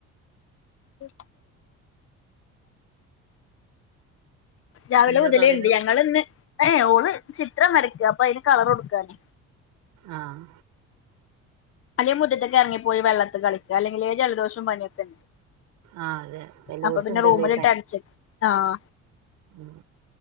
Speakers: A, on the left (about 50°); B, on the right (about 80°).
A: ഉം രാവിലെ
B: എന്താ
A: മുതലേണ്ട്
B: പറയണു
A: ഞങ്ങളിന്ന് ഏയ് ഓള് ചിത്രം വരയ്ക്ക അപ്പൊ അയിന് കളറൊടുക്കാന്
B: ആഹ്
A: അല്ലെ മുറ്റത്തേക്കെറങ്ങപ്പോയി വെള്ളത്ത് കളിക്ക അല്ലെങ്കിലേ ജലദോഷം പനിയൊക്കെണ്ട്.
B: ആ അതെ എല്ലോടത്തും
A: അപ്പൊ പിന്നെ
B: ഉണ്ടല്ലോ
A: റൂമിലിട്ടടച്ച്
B: ഈ പനി
A: ആഹ്
B: ഉം